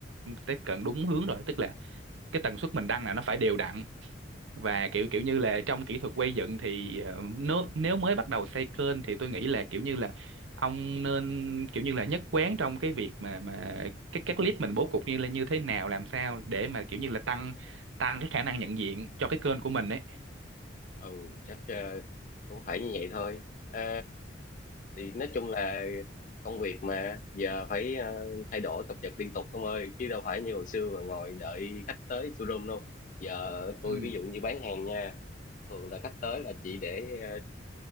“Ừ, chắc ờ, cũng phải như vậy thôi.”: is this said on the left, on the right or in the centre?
Left